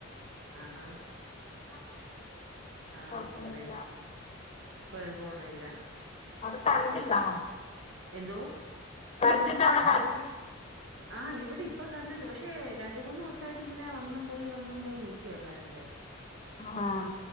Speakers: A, on the right; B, on the left.
A: ആഹാ ആഹ
B: കൊഴപ്പൊന്നുല്ല
A: എതു പറ പഴു പോന്നില്ല
B: അവിടത്തെണ്ടണ്ടോ
A: എന്തോ
B: കറണ്ട്ണ്ടാ അവിടെ കറണ്ട്
A: ആഹ് ഇവിടെ ഇപ്പൊ കഞ്ഞിണ്ട് പക്ഷെ രണ്ട മൂന്ന് ദിവസായിട്ട് ഇങ്ങനെ വന്നും പോയി വന്നും പോയി നിക്കുവ കരണ്ടേ
B: ആഹ്